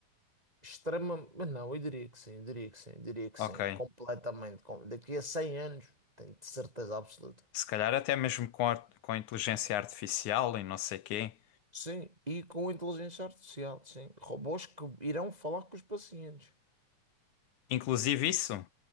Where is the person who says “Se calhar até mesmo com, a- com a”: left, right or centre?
Left